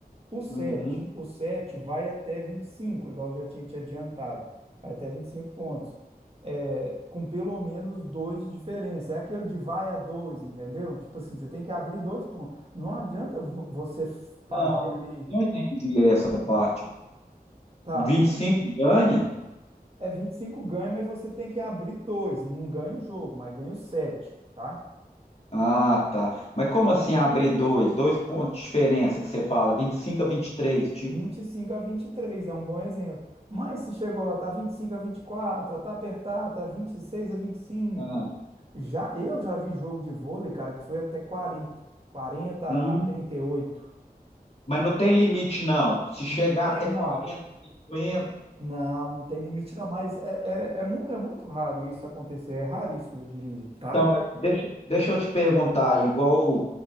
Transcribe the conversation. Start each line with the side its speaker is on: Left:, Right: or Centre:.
Right: O 7,
Left: Uhum.
Right: o 7 vai até 25, igual eu já tinha te adiantado, vai até 25 pontos, é, com pelo menos dois de diferença. É aquele de vai a dois, entendeu? Tipo assim, você tem que abrir dois pontos. Não adianta vo- você fazer
Left: Não,
Right: ali,
Left: não entendi essa parte.
Right: tá?
Left: 25 ganha.
Right: É 25 ganha, mas você tem que abrir dois. Não ganha o jogo, mas ganha o 7, tá?
Left: Ah, tá. Mas como assim abrir dois? Dois pontos de diferença que você fala, Vinte e cinco a 23, tipo.
Right: vinte e cinco a vinte e três é um bom exemplo. Mas se chegou lá, tá vinte e cinco a vinte e quatro tá apertado, tá vinte e seis a vinte e cinco
Left: Ah,
Right: Já eu já vi jogo de vôlei, cara, que foi até quarenta quarenta
Left: hum.
Right: a trinta e oito
Left: Mas não tem limite, não. Se chegar
Right: Não tem
Left: até
Right: não.
Left: 40, 50.
Right: Não, não tem limite não, mas é, é, é, mu- é muito raro isso acontecer, é raríssimo, eu diria, tá?
Left: Então, mas deixa, deixa eu te perguntar, igual